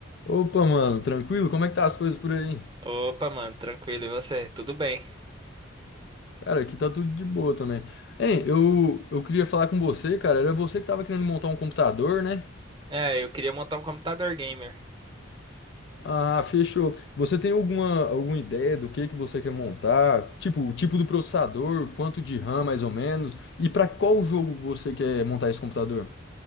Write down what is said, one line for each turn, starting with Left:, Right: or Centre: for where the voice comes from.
Left: Opa, mano, tranquilo? Como é que tá as coisas por aí?
Right: Opa, mano, tranquilo, e você? Tudo bem?
Left: Cara, aqui tá tudo de boa também. Hein, eu, eu queria falar com você, cara. Era você que tava querendo montar um computador, né?
Right: É, eu queria montar um computador gamer.
Left: Ah, fechou. Você tem alguma, alguma ideia do que que você quer montar? Tipo, o tipo do processador, quanto de RAM mais ou menos? E pra qual jogo você quer montar esse computador?